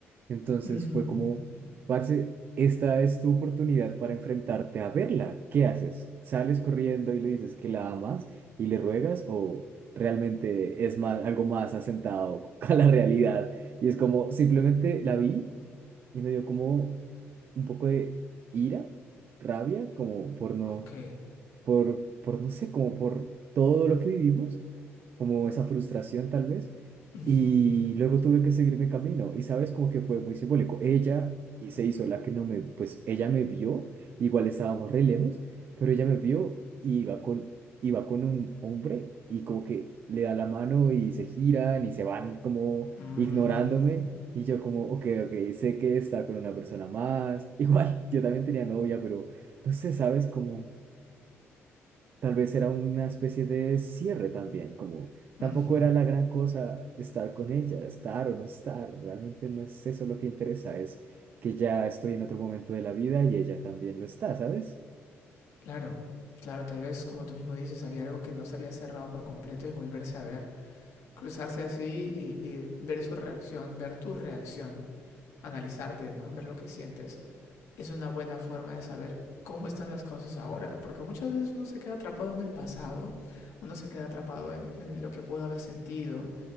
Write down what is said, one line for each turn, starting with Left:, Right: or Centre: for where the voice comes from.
Right: Entonces
Left: Mm.
Right: fue como, parce, esta es tu oportunidad para enfrentarte a verla. ¿Qué haces? ¿Sales corriendo y le dices que la amas y le ruegas o realmente es más, algo más asentado <laughs> a la realidad? Y es como, simplemente la vi. Y me dio como un poco de ira, rabia, como por no,
Left: Ok.
Right: por, por no sé, como por todo lo que vivimos, como esa frustración tal vez.
Left: Ujú.
Right: Y luego tuve que seguir mi camino y sabes como que fue muy simbólico. Ella y se hizo la que no me, pues ella me vio, igual estábamos re lejos, pero ella me vio y iba con, iba con un hombre y como que le da la mano y se giran y se van como
Left: Mm.
Right: ignorándome y yo como, ok, ok, sé que está con una persona más. <laughs> Igual, yo también tenía novia, pero no sé, sabes como... Tal vez era una especie de cierre también, como tampoco
Left: Ujú.
Right: era la gran cosa estar con ella, estar o no estar, realmente no es eso lo que interesa, es que ya estoy en otro momento de la vida y ella también lo está, ¿sabes?
Left: Claro. Claro, tal vez como tú mismo dices, había algo que no se había cerrado por completo y volverse a ver, cruzarse así y, y ver su reacción, ver tu reacción, analizarte, ¿no? Ver lo que sientes es una buena forma de saber cómo están las cosas ahora, porque muchas veces uno se queda atrapado en el pasado, uno se queda atrapado en, en, lo que pudo haber sentido,